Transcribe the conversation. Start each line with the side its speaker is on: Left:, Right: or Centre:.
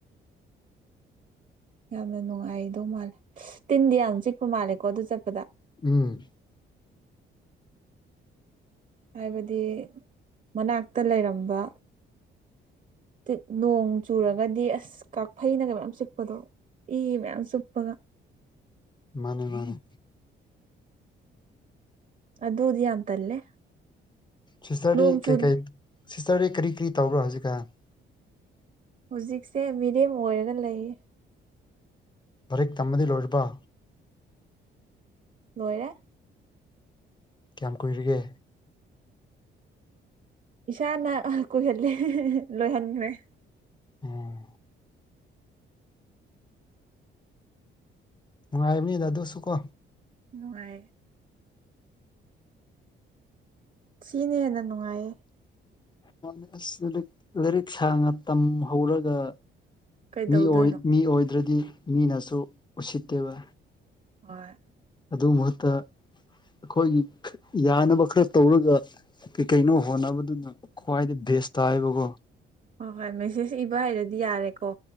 Right: ꯌꯥꯝꯅ ꯅꯨꯡꯉꯥꯏꯗꯧ ꯃꯥꯜꯂꯦ ꯇꯤꯟꯗꯤ ꯌꯥꯝ ꯆꯤꯛꯄ ꯃꯥꯜꯂꯦꯀꯣ ꯑꯗꯨ ꯆꯠꯄꯗ
Left: ꯎꯝ
Right: ꯍꯥꯏꯕꯗꯤ ꯃꯅꯥꯛꯇ ꯂꯩꯔꯝꯕ ꯇꯤꯠ ꯅꯣꯡ ꯆꯨꯔꯒꯗꯤ ꯑꯁ ꯀꯥꯐꯩꯅꯒ ꯃꯌꯥꯝ ꯆꯤꯛꯄꯗꯣ ꯏ ꯃꯌꯥꯝ ꯆꯨꯞꯄꯒ
Left: ꯃꯥꯟꯅꯦ ꯃꯥꯟꯅꯦ
Right: ꯑꯗꯨꯗꯤ ꯌꯥꯝ ꯇꯜꯂꯦ
Left: ꯁꯤꯁꯇ꯭ꯔꯗꯤ
Right: ꯅꯣꯡ ꯆꯨ
Left: ꯀꯩꯀꯩ ꯁꯤꯁꯇ꯭ꯔꯗꯤ ꯀꯔꯤ ꯀꯔꯤ ꯇꯧꯕ꯭ꯔꯣ ꯍꯧꯖꯤꯛꯀꯥꯟ
Right: ꯍꯨꯖꯤꯛꯁꯦ ꯃꯤꯔ‌ꯦꯝ ꯑꯣꯏꯔꯒ ꯂꯩꯌꯦ
Left: ꯄꯔꯤꯛ ꯇꯝꯕꯗꯤ ꯂꯣꯏꯔꯕ
Right: ꯂꯣꯏꯔꯦ
Left: ꯀꯌꯥꯝ ꯀꯨꯏꯔꯤꯒꯦ
Right: ꯏꯁꯥꯅ ꯑ ꯀꯨꯏꯍꯜꯂꯦ ꯂꯣꯏꯍꯟꯈ꯭ꯔ‌ꯦ
Left: ꯎꯝ ꯅꯨꯡꯉꯥꯏꯕꯅꯤꯗ ꯑꯗꯨꯁꯨ ꯀꯣ
Right: ꯅꯨꯡꯉꯥꯏ ꯁꯤꯅ ꯍꯦꯟꯅ ꯅꯨꯡꯉꯥꯏꯌꯦ
Left: ꯃꯥꯟꯅ‌ꯦ ꯑꯁ ꯂꯥꯏꯔꯤꯛ ꯂꯥꯏꯔꯤꯛ ꯁꯥꯡꯅ ꯇꯝꯍꯧꯔꯒ
Right: ꯀꯩꯗꯧꯗꯣꯏꯅꯣ
Left: ꯃꯤ ꯑ‌ꯣꯏ ꯃꯤ ꯑꯣꯏꯗ꯭ꯔꯗꯤ ꯃꯤꯅꯁꯨ ꯎꯁꯤꯠꯇꯦꯕ
Right: ꯍꯣꯏ
Left: ꯑꯗꯨ ꯃꯍꯨꯠꯇ ꯑꯩꯈꯣꯏꯒꯤ ꯌꯥꯅꯕ ꯈꯔ ꯇꯧꯔꯒ ꯀꯩꯀꯩꯅꯣ ꯍꯣꯠꯅꯕꯗꯨꯅ ꯈ꯭ꯋꯥꯏꯗ ꯕꯦꯁ ꯇꯥꯏꯌꯦꯕꯀꯣ
Right: ꯍꯣꯏ ꯍꯣꯏ ꯃꯦꯁꯦꯖ ꯏꯕ ꯍꯩꯔꯗꯤ ꯌꯥꯔꯦꯀꯣ